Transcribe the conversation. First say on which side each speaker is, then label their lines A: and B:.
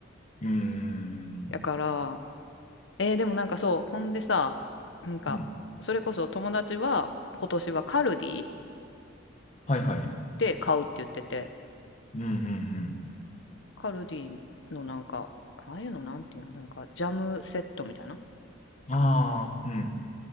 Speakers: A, on the left (about 35°); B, on the left (about 60°).
A: うん。
B: だから、えーでもなんかそう、ほんでさ、なんか、
A: うん。
B: それこそ友達は今年はカルディ
A: はいはい。
B: で買うって言ってて、
A: うんうん
B: カルディのなんか、ああいうのなんていうの、なんかジャムセットみたいな、
A: うん。ああ、うん。